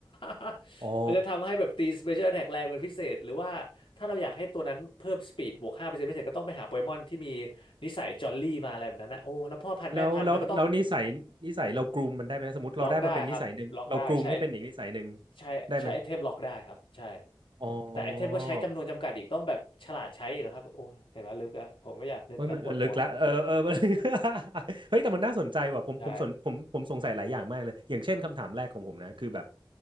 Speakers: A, on the left; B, on the right.
A: <laughs>
B: อ๋อ
A: มันจะทำให้แบบตีสเปเชียลแอทแทกแรงเป็นพิเศษหรือว่าถ้าเราอยากให้ตัวนั้นเพิ่มสปีดบวกห้าเปอร์เซ็นต์พิเศษก็ต้องไปหาโปเกมอนที่มีนิสัยจอลลี่มาอะไรแบบนั้นนะโอ้แล้วพ่อพันธุ์แม่พันธุ์มันก็ต้อง
B: แล้วแล้วแล้วนิสัยนิสัยเรากรูมมันได้ไหมสมมติเราได้มาเป็นนิสัยหนึ่งเรากรูมให้เป็นอีกนิสัยหนึ่ง
A: ล็อกได้ครับล็อกได้ใช้ใช้ใช้ไอเทมล็อกได้ครับใช่
B: ได้ไหมอ๋อ
A: แต่ไอเทมก็ใช้จำนวนจำกัดอีกต้องแบบฉลาดใช้อีกครับโอ้เห็นไหมลึกอะผมไม่อยากนึกแล้วปวดหัว
B: โอ้ยมันลึกละเออเออ <laughs> มัน <laughs> เฮ้ยแต่มันน่าสนใจว่ะผมผมสนผมผมสงสัยหลายอย่างมากเลยอย่างเช่นคำถามแรกของผมนะคือแบบ
A: ได้